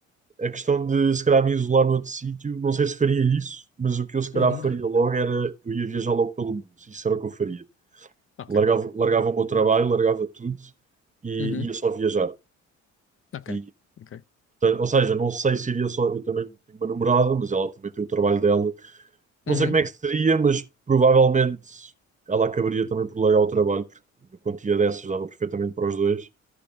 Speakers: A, on the right (about 25°); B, on the left (about 45°).
A: A questão de se calhar me isolar noutro sítio, não sei se faria isso, mas o que eu se calhar
B: Uhum.
A: faria logo era eu ia viajar logo pelo mundo. Isso era o que eu faria.
B: Ok.
A: Largava, largava o meu trabalho, largava tudo e
B: Uhum.
A: ia só viajar.
B: Ok.
A: E,
B: Ok.
A: portanto, ou seja, não sei se iria só. Eu também tenho uma namorada, mas ela também tem o trabalho dela. Não
B: Uhum.
A: sei como é que seria, mas provavelmente ela acabaria também por largar o trabalho, porque uma quantia dessas dava perfeitamente para os dois.